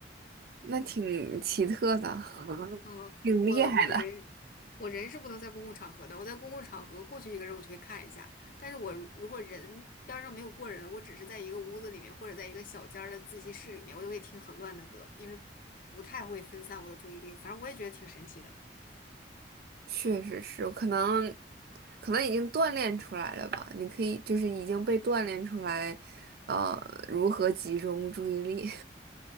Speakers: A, on the right (about 55°); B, on the left (about 50°).
A: 那挺奇特的，
B: 嗯，
A: 挺厉害的。
B: 我我人
A: <laughs>
B: 我人是不能在公共场合的，我在公共场合过去一个人我就会看一下，但是我如如果人边儿上没有过人，我只是在一个屋子里面或者在一个小间儿的自习室里面，我就会听很乱的歌，因为不太会分散我的注意力，反正我也觉得挺神奇的。
A: 确实是，可能可能已经锻炼出来了吧？你可以就是已经被锻炼出来，呃，如何集中注意力。